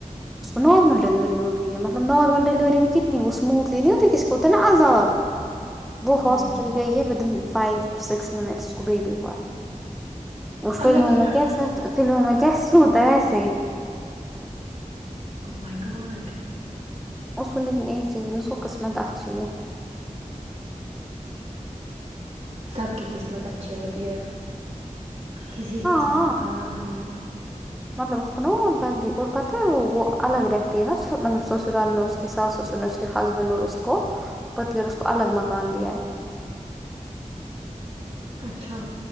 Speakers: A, in the centre; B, on the right.
A: اس کو نارمل ڈللیوری ہو گئی ہے مطلب نارمل ڈیلیوری بھی کتنی وہ سموتھلی نہیں ہوتی کس کو تو نا عذاب وہ
B: ہوں
A: ہاسپٹل گئی ہے ودن فائیو سکس منٹس کو بےبی ہوا وہ فلموں
B: اللہ کی
A: میں
B: کر،
A: کیس فلموں میں کیس سے ہوتا ویسے ہی
B: او مائی گاڈ
A: اس کو لیکن ایک چیز میں اس کو قسمت اچھی ہے
B: سب کی قسمت اچھی ہوتی ہے کسی کی
A: ہاں
B: قسمت خراب نہیں ہوتی
A: مطلب اس کو نا جلدی اور پتہ ہے وہ الگ رہتی ہے نا مطلب سسرال میں کے ساس سسر نے اس کے ہسبینڈ اور اس کو پتی اور اس کو الگ مکان دیا ہے
B: اچھا